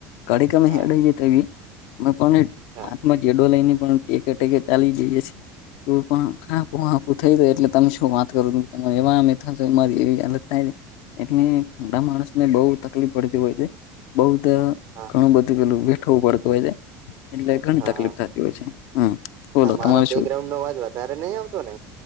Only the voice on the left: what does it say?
ઘડી ગમે
હેળ જ તો એવી. અમે પણ
હાથમાં જેડો લઈને પણ ટેકે ટેકે ચાલી જઈએ છીએ. તું પણ હાપું
હાપું થઈ એટલે તમે શું વાત કરો ત તમારે એવામ થશે મારી એવી હાલત થાય એટલે ઠંડા માણસ ને બઉ તકલીફ પડતી હોય છે બઉ
બધું પેલું વેઠવું પડતુ હોય છે એટલે ઘણી
તકલીફ
થતી હોય છે. બોલો
તમારે
શું